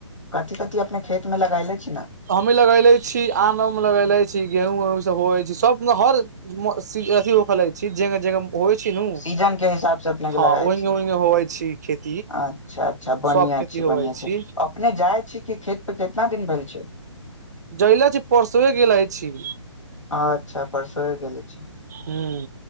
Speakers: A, on the left; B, on the right.
A: कथी कथी अपने खेतमे लगेले छियै
B: हमि लगेले छी आम मे लगेले छी गेहूँ ओहूँ सब होइ छै सब हर अथ होले छै जगह जह होइ छी नू
A: सीजन के हिसाब से अपने के
B: हँ
A: लगाय
B: ओहिंगे
A: छी
B: ओंगे होवइ छी खेती
A: अच्छा अच्छा बढ़िआँ
B: सब खेती
A: छै
B: होवै
A: बढ़िआँ
B: छी
A: छै अपने जाइ छी खेत पर केतना दिन भइल छै
B: जयले छी परसुए गेलै छी
A: अच्छा परसो गेलय छी
B: हूँ